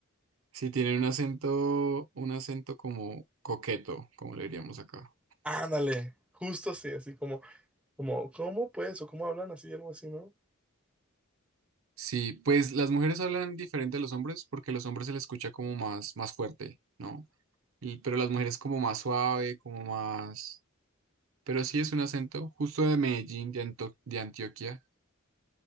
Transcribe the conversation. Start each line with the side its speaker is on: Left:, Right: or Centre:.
Right: sí, tienen un acento, un acento como coqueto, como le diríamos acá.
Centre: ándale, justo así, así como, como, ¿cómo pues? O cómo hablan así, algo así, ¿no?
Right: Sí, pues las mujeres hablan diferente a los hombres porque los hombres se les escucha como más, más fuerte, ¿no? Y, pero las mujeres como más suave, como más... Pero sí es un acento justo de Medellín, de, Anto- de Antioquia.